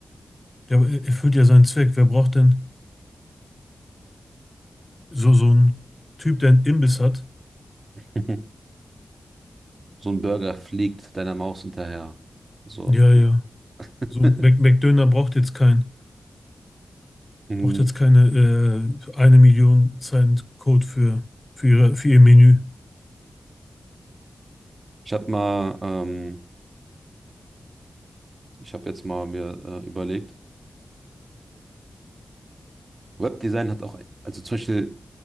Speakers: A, on the left; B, on the right.
A: Der aber er- erfüllt ja seinen Zweck. Wer braucht denn so so einen Typ, der einen Imbiss hat?
B: <laughs> So ein Burger fliegt deiner Maus hinterher. So.
A: Ja, ja.
B: <laughs>
A: So ein Mac McDöner braucht jetzt kein
B: Mhm.
A: braucht jetzt keine äh, eine Million Zeilen Code für für ihre für ihr Menü.
B: Ich habe mal, ähm, ich habe jetzt mal mir äh, überlegt, Webdesign hat auch, also zum Beispiel,